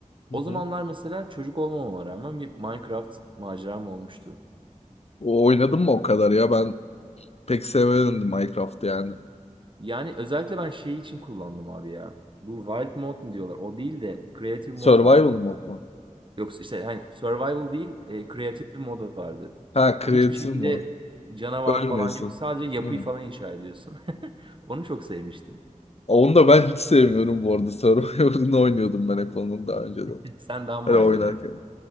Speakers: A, on the left; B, on the right.
A: Hı
B: O
A: hı.
B: zamanlar mesela çocuk olmamama rağmen bir Minecraft maceram olmuştu.
A: O- Oynadım mı o kadar ya? Ben pek sevemedim Minecraft'ı yani.
B: Yani özellikle ben şeyi için kullandım abi ya. Bu Wild Mode mu diyorlar? O değil de Creative
A: Survival
B: Mode vardı.
A: mod mu?
B: Yoksa işte hani Survival değil, e, Creative Mode vardı.
A: Ha, creative
B: Yani hiçbir şekilde
A: mod.
B: canavar
A: Ölmüyorsun.
B: falan yok. Sadece yapıyı
A: Hmm.
B: falan inşa ediyorsun. <laughs> Onu çok sevmiştim.
A: Onu da ben hiç sevmiyorum bu arada. <laughs> Survival'ını oynuyordum ben hep onun daha önceden.
B: <laughs> Sen daha maceracı.
A: Hani oynarken.